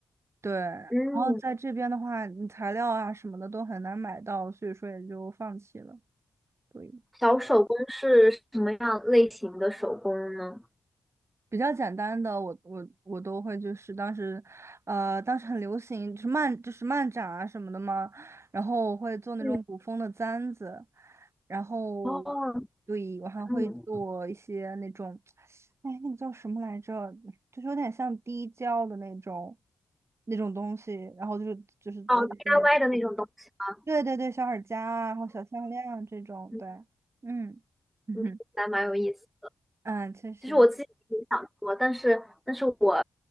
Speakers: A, on the right; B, in the centre.
A: 对。然后在这边的话，
B: 嗯，
A: 你材料啊什么的都很难买到，所以说也就放弃了。对。
B: 小手工是什么样类型的手工呢？
A: 比较简单的，我我我都会，就是当时，呃，当时很流行，就是漫就是漫展啊什么的嘛，然后我会做那种古风的簪子，
B: 嗯，
A: 然后
B: 哦，
A: 对，我还会做一些那种，
B: 嗯，
A: 哎，那个叫什么来着？就是有点像滴胶的那种那种东西，然后就是就是做一些，
B: 哦，DIY 的那种东西吗？
A: 对对对，小耳夹啊，然后小项链啊这种，
B: 嗯，
A: 对，嗯 <laughs>，嗯哼，
B: 你听起来蛮有意思。
A: 嗯，确实。
B: 其实我自己也想做，但是但是我